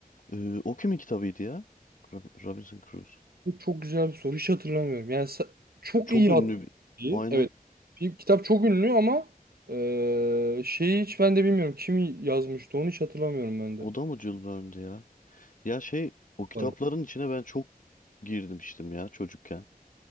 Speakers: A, on the left (about 60°); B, on the right (about 75°).
A: Ee, o kimin kitabıydı ya? Rob- Robinson Crusoe.
B: Bu çok güzel bir soru. Hiç hatırlamıyorum. Yani sa- çok
A: Çok
B: iyi
A: ünlü
B: hatırlıyorum.
A: bir... Aynı.
B: Evet. Bir kitap çok ünlü ama e, şeyi hiç ben de bilmiyorum. Kim yazmıştı onu hiç hatırlamıyorum ben
A: O
B: de.
A: da mı Jules Verne'di ya? Ya şey o kitapların
B: Bu arada.
A: içine ben çok girmiştim ya çocukken.